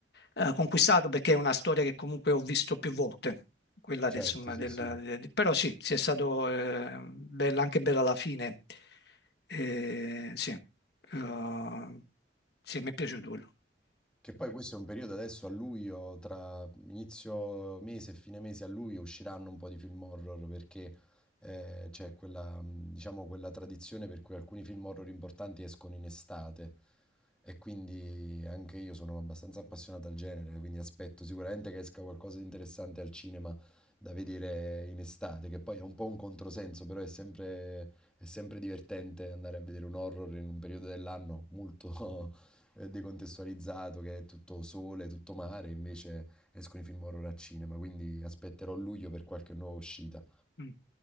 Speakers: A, on the left; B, in the centre.
A: eh, conquistato perché è una storia che comunque ho visto più volte, quella
B: Certo,
A: del, insomma,
B: sì,
A: del-
B: sì.
A: de- però sì, sì, è stato eh, bello, anche bello alla fine. Eh, sì, Eh, sì, mi è piaciuto quello.
B: Che poi questo è un periodo adesso a luglio, tra inizio mese e fine mese a luglio usciranno un po' di film horror perché eh, c'è quella, mh, diciamo, quella tradizione per cui alcuni film horror importanti escono in estate e quindi anche io sono abbastanza appassionato al genere, quindi aspetto sicuramente che esca qualcosa di interessante al cinema da vedere in estate, che poi è un po' un controsenso, però è sempre, è sempre divertente andare a vedere un horror in un periodo dell'anno molto... eh, decontestualizzato, che è tutto sole, tutto mare, invece escono i film horror al cinema, quindi aspetterò luglio per qualche nuova uscita.
A: Mm.